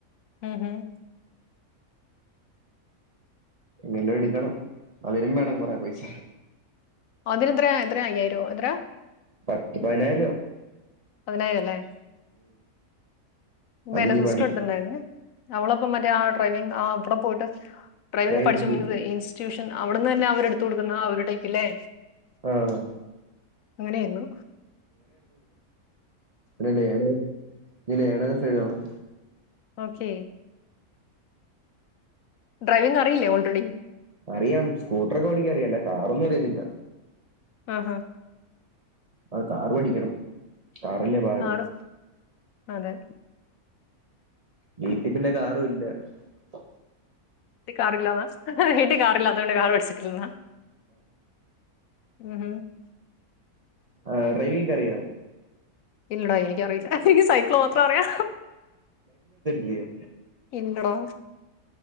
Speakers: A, on the left (about 70°); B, on the right (about 35°).
A: ഉം ഉം.
B: എങ്ങനേം എടുക്കണം അതിനും വേണം കൊറെ പൈസ
A: അതിനത്രയാ എത്രയാ അയ്യായിരോ എത്രെയാ
B: പത്ത് പയ്നായിരൂപാവും
A: പതിനായിരംല്ലേ വേ
B: അതിഞ്ഞ്
A: എന്റെ സിസ്റ്റർ
B: പഠിക്കും
A: എടുത്തിണ്ടായിര്ന്ന് അവളപ്പം മറ്റേ ആ ഡ്രൈവിങ്ങ് ആ അവടെ പോട്ട് ഡ്രൈവിങ്
B: പ്രൈവറ്റ്
A: പഠിച്ചു
B: സ്കൂൾ
A: മിൻസ് ഇൻസ്റ്റു <unintelligible> അവിടന്ന് തന്നെ അവർ എടുത്ത് കൊടുക്കുന്ന ആഒരുടൈപ്പില്ലേ
B: ആഹ്
A: അങ്ങനെയരുന്നു
B: റേഡിആയോ അത് ഇനി ലേണേയ്സ് എഴുതണം
A: ഓക്കെ ഡ്രൈവിംഗ് അറിയില്ലേ ഓൾറെഡി
B: അറിയാം സ്കൂട്ടർ ഒക്കെ ഓടിക്ക ഇല്ല കാറൊന്നും അറിയത്തില്ല
A: ആ ഹാ
B: ആ കാറ് പഠിക്കണം കാറല്ലേ പാട്
A: ആറോ അതെ
B: വീട്ടിപ്പിന്നെ കാറു ഇല്ല ഒ
A: ട്ടി കാറില്ലാന്നാ വീട്ടി കാറില്ലാത്തോണ്ട് കാറ് പഠിച്ചിട്ടില്ലന്നാ മ്ഹ്
B: ആ ഡ്രൈവിംഗ്കൊ അറിയാവോ
A: ഇല്ലെടാ എനിക്കറിയില്ല എനിക്ക് സൈക്കിൾ മാത്ര അറിയ
B: ലിയൊ
A: ഇല്ലടാ